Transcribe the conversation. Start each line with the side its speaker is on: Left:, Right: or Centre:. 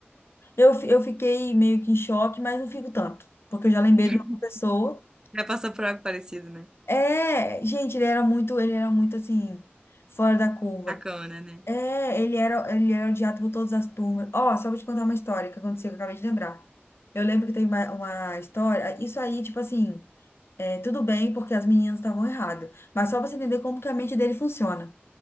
Left: eu, fi- eu fiquei meio que em choque, mas não fico tanto. Porque eu já lembrei
Right: <laughs>
Left: de meu pessoa
Right: Já passou por algo parecido, né?
Left: é, gente, ele era muito, ele era muito assim, fora da curva.
Right: Sacana, né?
Left: É, ele era, ele era odiado por todas as turmas. Ó, só vou te contar uma história que aconteceu, que eu acabei de lembrar. Eu lembro que teve uma, uma história, isso aí, tipo assim, é, tudo bem, porque as meninas estavam erradas. Mas só pra você entender como que a mente dele funciona.